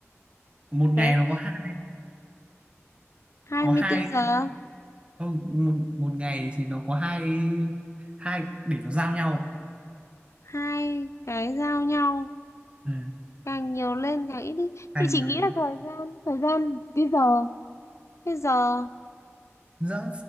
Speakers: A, on the right; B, on the left.
A: một ngày
B: cái
A: nó
B: gì
A: có hai
B: 24
A: có hai
B: giờ
A: không, một một ngày thì nó có hai hai để nó giao nhau
B: hai cái giao nhau
A: ừ.
B: càng nhiều lên càng ít đi
A: càng
B: chị chỉ
A: nhiều
B: nghĩ là thời gian thời gian cái giờ cái giờ
A: giờ